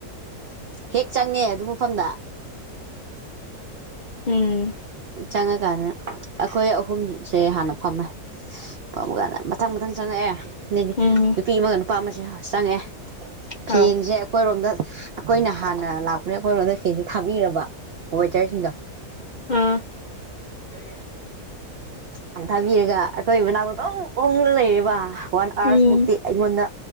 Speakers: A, on the right (about 65°); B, on the left (about 50°).
A: ꯍꯦꯛ ꯆꯪꯉꯦ ꯑꯗꯨ ꯃꯐꯝꯗ
B: ꯎꯝ
A: ꯆꯪ ꯀꯅ ꯑꯩꯈꯣꯏ ꯑꯍꯨꯝꯁꯦ ꯍꯥꯟꯅ ꯐꯝꯃꯦ ꯐꯝꯃꯀꯥꯟꯗ ꯃꯊꯪ ꯃꯊꯪ ꯆꯪꯉꯛꯑꯦ ꯅꯗꯤ
B: ꯎꯝ
A: ꯅꯨꯄꯤ ꯑꯃꯒ ꯅꯨꯄꯥ ꯑꯃꯁꯦ ꯆꯪꯉꯦ
B: ꯍꯣꯏ
A: ꯐꯦꯟꯁꯦ ꯑꯩꯈꯣꯏꯔꯣꯝꯗ ꯑꯩꯈꯣꯏꯅ ꯍꯥꯟꯅ ꯂꯥꯛꯄꯅꯦ ꯑꯩꯈꯣꯏꯔꯣꯗ ꯆꯦꯟꯁꯦ ꯊꯥꯕꯤꯔꯕ ꯋꯦꯇꯔꯁꯤꯡꯗꯣ
B: ꯑꯥ
A: ꯑꯝ ꯊꯕꯤꯔꯒ ꯑꯩꯈꯣꯏ ꯃꯅꯥꯛꯇ ꯑꯗꯨ ꯑꯣꯡꯅ ꯂꯩꯔꯤꯕꯔ ꯋꯥꯟ ꯑꯥꯋꯥꯔꯁꯃꯨꯛꯇꯤ
B: ꯎꯝ
A: ꯑꯩꯉꯣꯟꯗ